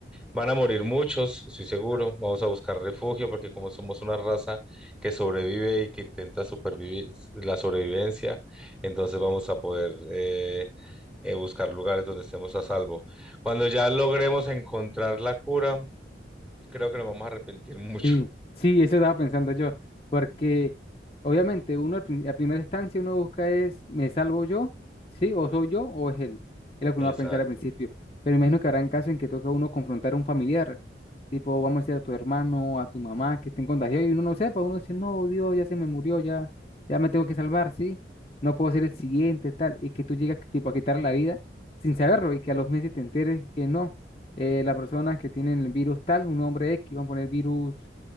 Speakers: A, in the centre; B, on the left.
A: Van a morir muchos, estoy seguro. Vamos a buscar refugio porque como somos una raza que sobrevive y que intenta supervivir la sobrevivencia, entonces vamos a poder eh, eh, buscar lugares donde estemos a salvo. Cuando ya logremos encontrar la cura, creo que nos vamos a arrepentir <laughs> mucho.
B: Sí, sí, eso estaba pensando yo, porque obviamente uno al prin- a primera instancia uno busca es, ¿me salvo yo? ¿Sí? ¿O soy yo? ¿O es él? Es lo que uno
A: Exacto.
B: va a pensar al principio. Pero imagino que habrán casos en que toca a uno confrontar a un familiar, tipo, vamos a decir a tu hermano, a tu mamá, que estén contagiados y uno no sepa, uno dice, no, Dios, ya se me murió, ya, ya me tengo que salvar, ¿sí? No puedo ser el siguiente, tal, y que tú llegas tipo a quitar la vida sin saberlo y que a los meses te enteres que no. eh, la persona que tiene el virus tal, un hombre X, van a poner virus